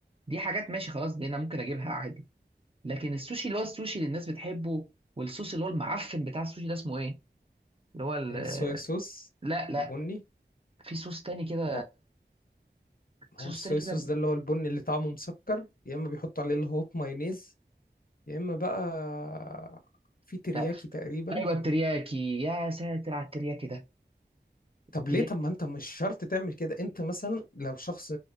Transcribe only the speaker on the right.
دي حاجات ماشي خلاص دي انا ممكن اجيبها عادي لكن السوشي اللي هو السوشي اللي الناس بتحبه والصوص اللي هو المعفن بتاع السوشي ده اسمه ايه اللي هو ال...
لا لا
في صوص تاني كده
صوص
تاني كده
لا
ايوه الترياكي يا ساتر على الترياكي ده
ترياكي